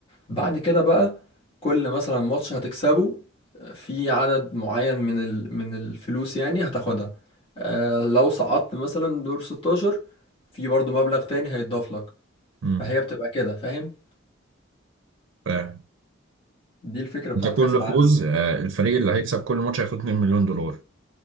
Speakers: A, on the left; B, on the right.
A: بعد كده بقى كل مثلا ماتش هتكسبه في عدد معين من ال... من الفلوس يعني هتاخدها آه لو صعدت مثلا دور 16 في برضو مبلغ تاني هيتضاف لك
B: امم
A: فهي بتبقى كده فاهم
B: فانت
A: دي الفكرة بتاعت
B: كل
A: كأس العالم
B: فوز آه، الفريق اللي هيكسب كل ماتش هياخد 2 مليون دولار